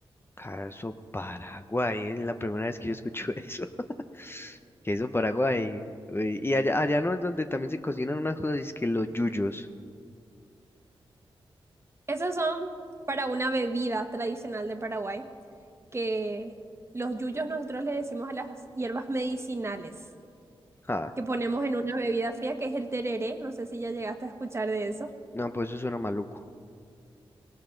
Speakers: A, on the left; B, on the right.
A: Caso Paraguay. Es la primera vez que yo escucho eso. <laughs> Que eso Paraguay. Uy, Y allá, allá no es donde también se cocinan unas cosas, es que los yuyos.
B: Esos son para una bebida tradicional de Paraguay, que los yuyos nosotros le decimos a las hierbas medicinales
A: Ah,
B: que ponemos en una bebida fría, que es el tereré, no sé si ya llegaste a escuchar de eso.
A: no, pues eso suena maluco.